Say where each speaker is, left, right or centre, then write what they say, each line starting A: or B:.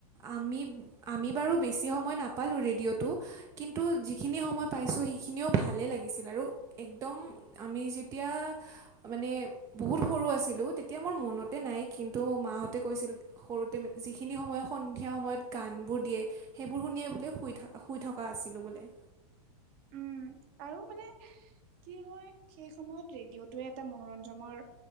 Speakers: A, on the right; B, on the right.
A: আমি আমি বাৰু বেছি সময় নাপালো ৰেডিঅ'টো কিন্তু যিখিনি সময় মই পাইছোঁ সেইখিনিও ভালেই লাগিছিল আৰু একদম আমি যেতিয়া মানে বহুত সৰু আছিলোঁ তেতিয়া মোৰ মনতে নাই কিন্তু মাহঁতে কৈছিল সৰু সৰুতে মানে যিখিনি সময় সন্ধিয়া সময়ত গানবোৰ দিয়ে সেইবোৰ শুনিয়ে বোলে শুই থকা শুই থকা <unintelligible> আছিলোঁ বোলে।
B: উম, আৰু মানে কি হয় সেই সময়ত ৰেডিঅ'টোৱে এটা মনোৰঞ্জনৰ